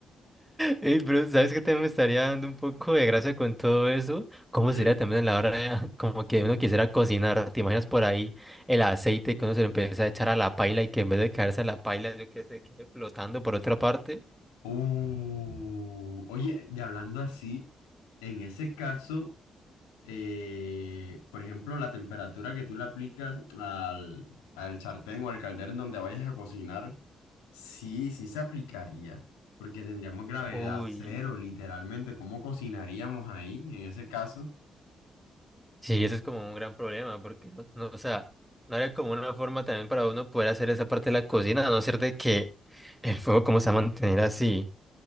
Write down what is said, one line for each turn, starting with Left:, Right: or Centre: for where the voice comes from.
Centre: Ey, pero ¿sabes qué también me estaría dando un poco de gracia con todo eso? ¿Cómo
Left: ¿Qué?
Centre: sería también a la hora de- <laughs> como que uno quisiera cocinar? ¿Te imaginas por ahí el aceite que uno se lo empieza a echar a la paila y que en vez de caerse a la paila, yo que se quede flotando por otra parte?
Left: Uh, oye, y hablando así, en ese caso. eh, por ejemplo, la temperatura que tú le aplicas al, al sartén o al caldero en donde vayas a cocinar, sí, sí se aplicaría, porque tendríamos gravedad
Centre: Uy,
Left: cero, literalmente. ¿Cómo cocinaríamos ahí en ese caso?
Centre: sí, eso es como un gran problema, porque no, no, o sea, no habría como una forma también para uno poder hacer esa parte de la cocina, a no ser de que el fuego, ¿cómo se va a mantener así?